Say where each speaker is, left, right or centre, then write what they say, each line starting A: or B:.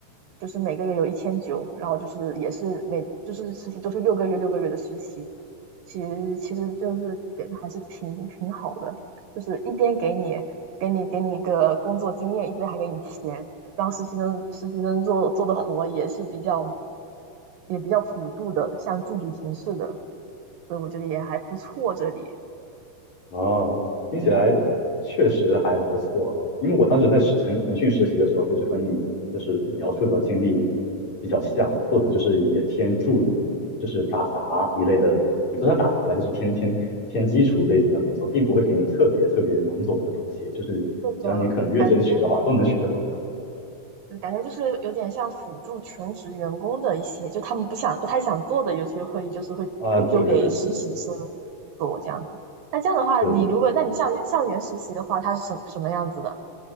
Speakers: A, on the right; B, on the left.
A: 就是每个月有一千九，然后就是也是每就是实习都是六个月六个月的实习，其实其实就是给的还是挺挺好的，就是一边给你给你给你一个工作经验，一边还给你钱，然后实习生实习生做做的活也是比较也比较辅助的，像助理形式的，所以我觉得也还不错这里。
B: 啊，听起来确实还不错。因为我当时在实腾腾讯实习的时候，其实和你就是描述的经历比较像，做的就是也偏助理，就是打杂一类的，也不算打杂吧，就是偏偏偏基础类型的工作，并不会给你特别特别难懂的东西，就是只要你肯认真学的话，
A: 对的，感觉
B: 都能学得懂。
A: 嗯感觉就是有点像辅助全职员工的一些，就他们不想不太想做的，有些会就是会会丢给实习生
B: 啊，对对对对对
A: 做这样子。那这样的话，
B: 对对对
A: 你如果那你校园校园实习的话，它是什什么样子的？